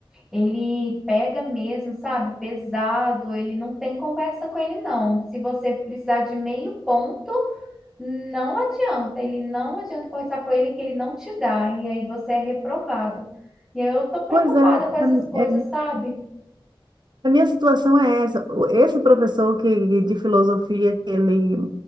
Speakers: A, in the centre; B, on the right.
A: ele pega mesmo, sabe? Pesado, ele não tem conversa com ele, não. Se você precisar de meio ponto, não adianta, ele não adianta conversar com ele que ele não te dá, e aí você é reprovado. E aí eu tô preocupada
B: Pois é,
A: com essas
B: é,
A: coisas,
B: é,
A: sabe?
B: A minha situação é essa. O- Esse professor que, de filosofia que ele